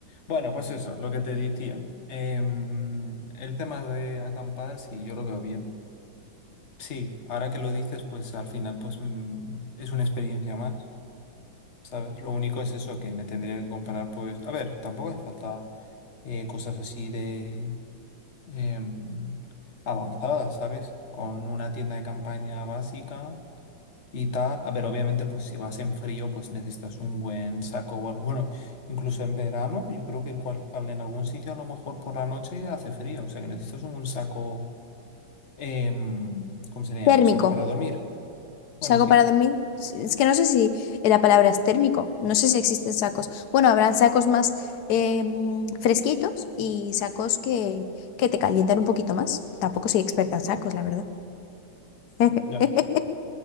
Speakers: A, on the left; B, on the left.
A: Bueno, pues eso, lo que te decía. Em, el tema de acampar, sí, yo lo veo bien. Sí, ahora que lo dices, pues al final, pues mm, es una experiencia más, ¿sabes? Lo único es eso que me tendría que comprar, pues, a ver, tampoco hace falta eh, cosas así de em, avanzadas, ¿sabes? Con una tienda de campaña básica y tal. A ver, obviamente, pues si vas en frío, pues necesitas un buen saco o algo. Bueno, incluso en verano, yo creo que en, cual- al- en algún sitio a lo mejor por la noche hace frío. O sea, que necesitas un, un saco, em, ¿cómo se le llama?
B: Térmico,
A: Un saco para dormir.
B: ¿saco
A: Bueno, sí,
B: para dormir? Sí, Es que no sé si la palabra es térmico, no sé si existen sacos. Bueno, habrán sacos más eh, mm, fresquitos y sacos que, que te calientan un poquito más. Tampoco soy experta en sacos, la verdad. <laughs>
A: mm, ya.